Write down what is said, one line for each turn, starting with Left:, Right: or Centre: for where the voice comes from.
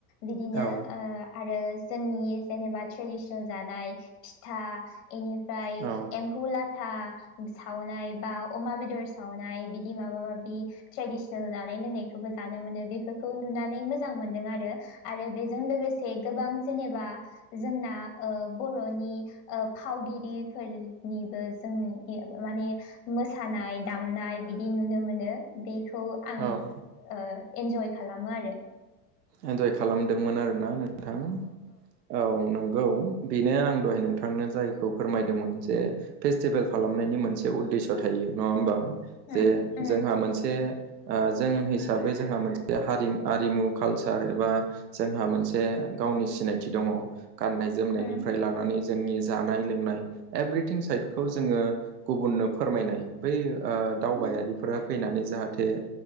Left: बिदिनो
Right: औ
Left: ओ आरो जोंनि जेनेबा ट्रेडिसनेल जानाय फिथा एनिफ्राय
Right: औ
Left: एम्फुलाथा था सावनाय बा अमा बेदर सावनाय बिदि माबा माबि बिदि ट्रेडिसनेल जानाय लोंनायखौबो जानो मोनो बेफोरखौ नुनानै मोजां मोनदों आरो आरो बेजों लोगोसे गोबां जेनेबा जोंना ओ बर'नि ओ फावगिरिफोरनिबो जों माने मोसानाय दामनाय बिदि नुनो मोनो बेखौ आं
Right: औ
Left: ओ इन्जय खालामो आरो
Right: इन्जय खालामदोंमोन आरो ना नोंथां औ नंगौ बेनो आं दहाय नोंथांनो जायखौ फोरमायदोंमोन जे फेस्टिभेल खालामनायनि मोनसे उद्देश' थायो नङा होमबा
Left: उम
Right: जे
Left: उम
Right: जोंहा मोनसे जों हिसाबै जोंहा मोनसे हारि आरिमु कालचार एबा जोंहा मोनसे गावनि सिनायथि दङ गाननाय जोमनायनिफ्राय
Left: उम
Right: लानानै जोंनि जानाय लोंनाय एभ्रिथिं साइडखौ जोङो गुबुननो फोरमायनाय बै ओ दावबायारिफोरा
Left: उम
Right: फैनानै जाहाथे